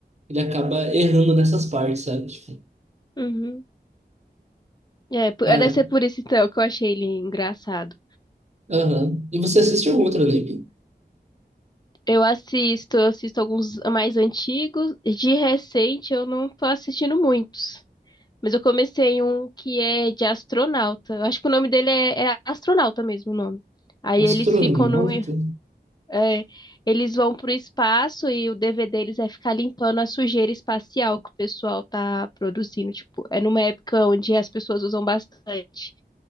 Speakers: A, on the right; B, on the left.
A: ele acaba errando nessas partes, sabe? Tipo,
B: Uhum. É, po-
A: ah,
B: deve ser por isso então que eu achei ele engraçado.
A: Aham. E você assiste algum outro anime?
B: Eu assisto, eu assisto alguns mais antigos. De recente eu não tô assistindo muitos. Mas eu comecei um que é de astronauta. Eu acho que o nome dele é, é astronauta mesmo, o nome. Aí
A: Astronauta?
B: eles ficam no. é, eles vão pro espaço e o dever deles é ficar limpando a sujeira espacial que o pessoal tá produzindo. Tipo, é numa época onde as pessoas usam bastante.